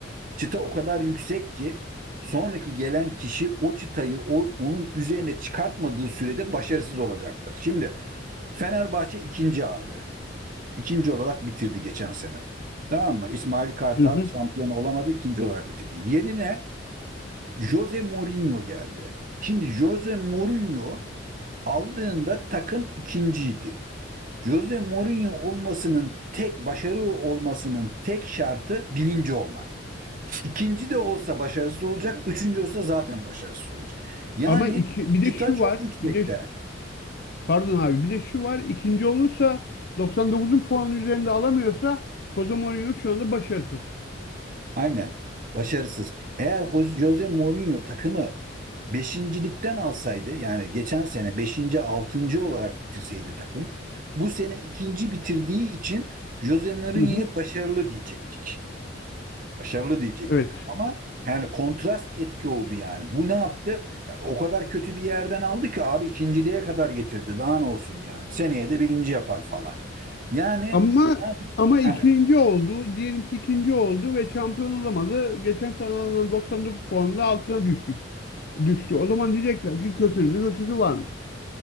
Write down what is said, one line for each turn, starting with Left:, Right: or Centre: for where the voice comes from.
Right: çıta o kadar yüksek ki sonraki gelen kişi o çıtayı o, onun üzerine çıkartmadığı sürede başarısız olacaktır. Şimdi Fenerbahçe ikinci abi, ikinci olarak bitirdi geçen sene. Tamam mı? İsmail Kartal
Left: hı hı.
Right: şampiyon olamadı, ikinci olarak bitirdi. Yerine Jose Mourinho geldi. Şimdi Jose Mourinho aldığında takım ikinciydi. Jose Mourinho olmasının tek başarılı olmasının tek şartı birinci olmak. İkinci de olsa başarısız olacak, üçüncü olsa zaten başarısız olacak. Yani
Left: Ama iki, bir
Right: çıta
Left: de şu
Right: çok
Left: var.
Right: yüksekte.
Left: Bir de Pardon abi. Bir de şu var. ikinci olursa 99'un puanı üzerinde alamıyorsa Jose Mourinho şu anda başarısız.
Right: Aynen. Başarısız. Eğer Ho- Jose Mourinho takımı beşincilikten alsaydı yani geçen sene beşinci, altıncı olarak bitirseydi takım bu sene ikinci bitirdiği için Jose Mourinho'ya
Left: Hı hı.
Right: başarılı diyecektik. başarılı diyecektik.
Left: Evet.
Right: Ama yani kontrast etki oldu yani. Bu ne yaptı? Yani o kadar kötü bir yerden aldı ki abi ikinciliğe kadar getirdi. Daha ne olsun yani. Seneye de birinci yapar falan. Yani
Left: Ama
Right: ne yapacak?
Left: ama ikinci
Right: Evet,
Left: oldu. Diyelim ki ikinci oldu ve şampiyon olamadı. Geçen sene alınan 99 puanla altına düştük. Düştü. O zaman diyecekler ki kötünün de kötüsü varmış.